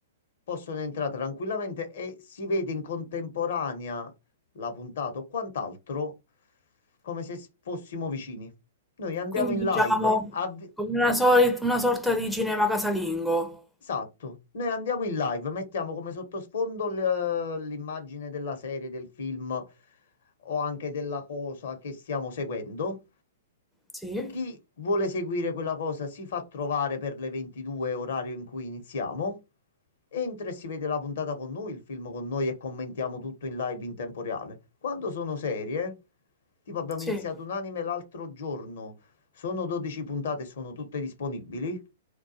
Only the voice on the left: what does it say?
possono entrare tranquillamente e si vede in contemporanea la puntata o quant'altro come se s- fossimo vicini. Noi andiamo
in
live, avvi-
Esatto, noi andiamo in live, mettiamo come sottosfondo l- l'immagine della serie, del film o anche della cosa che stiamo seguendo.
Chi vuole seguire quella cosa si fa trovare per le 22, orario in cui iniziamo, entra e si vede la puntata con noi, il film con noi e commentiamo tutto in live in tempo reale. Quando sono serie, tipo abbiamo
iniziato un anime l'altro giorno, sono 12 puntate e sono tutte disponibili.